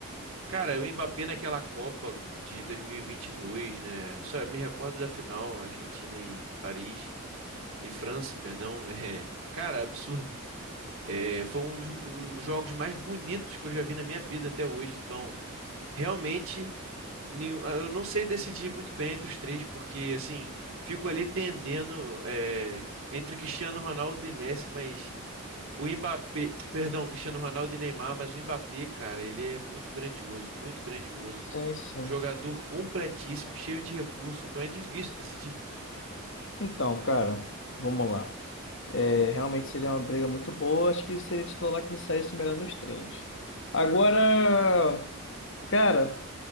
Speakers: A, on the right; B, on the left.
A: cara, o Mbappé naquela Copa de 2022, né? Só me recordo da final, Argentina e Paris. E França, perdão, <laughs> é, cara, absurdo. É, foi um dos hum, jogos mais bonitos que eu já vi na minha vida até hoje. Então, realmente, nenhum- ah, eu não sei decidir muito bem entre os três, porque assim, fico ali tendendo é, entre Cristiano Ronaldo e Messi, mas o Mbappé, <tsk> perdão, Cristiano Ronaldo e Neymar, mas o Mbappé, cara, ele é muito grandioso, muito grandioso.
B: sim, sim.
A: Jogador completíssimo, cheio de recurso, então é difícil decidir.
B: Então, cara, vamos lá. É, realmente seria uma briga muito boa. Acho que seria titular quem saísse melhor nos treinos. Agora, cara,